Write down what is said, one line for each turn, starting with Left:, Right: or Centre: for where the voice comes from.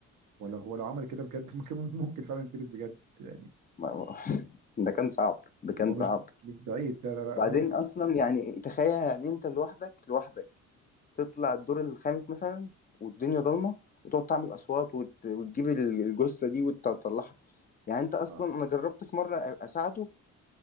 Right: ولا هو لو عمل كده بجد <laughs> ممكن ممكن فعلا يتلبس بجد يعني
Left: ما- <laughs> ده كان صعب ده كان
Right: هو
Left: صعب
Right: مش مش بعيد لا لا لا
Left: وبعدين
Right: غلط
Left: اصلا يعني تخيل يعني انت لوحدك لوحدك تطلع الدور الخامس مثلا والدنيا ضلمه وتقعد تعمل اصوات وت... وتجيب الجثه دي وتطلعها يعني انت اصلا
Right: آه.
Left: انا جربت في مره أ- اساعده